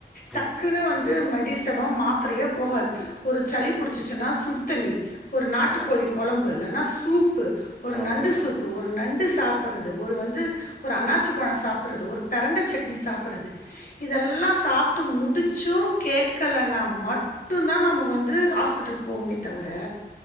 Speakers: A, on the left (about 55°); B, in the centre.
A: டக்குன்னு
B: ம்
A: வந்து மெடிசனோ மாத்ரயோ போகாது ஒருச் சளி புடிச்சு ச்சுனா சுடுத்தண்ணி ஒரு நாட்டுக்கோழி
B: ஆமா
A: கொழம்பு இல்லனா சூப்பு ஒரு
B: ஆமா
A: நண்டு சூப் பு ஒரு நண்டு சாப் ப்பறது ஒரு வந்து ஒரு அண்ணாச்சி பழ சாப்புறது ஒரு பெரண்ட சட்னி சாப்புறது இதெல்லா சாப்ட்டு முடிச்சு கேக்கலனா மட் டுந்தா நம்ம வந்து ஹாஸ்பிட்டல் போவமே தவர